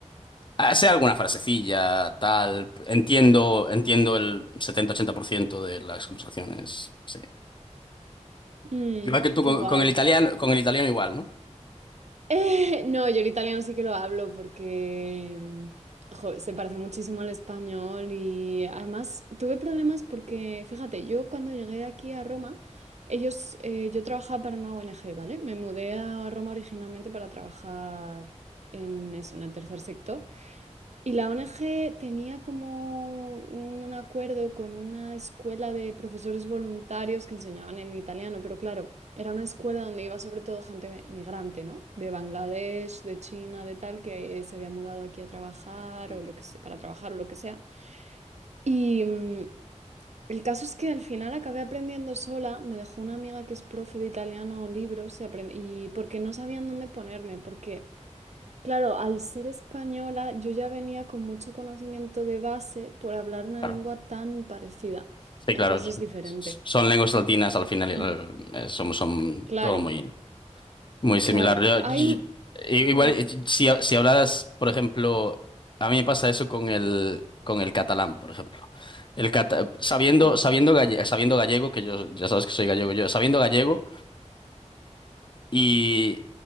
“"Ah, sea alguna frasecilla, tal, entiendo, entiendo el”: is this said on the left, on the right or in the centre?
Left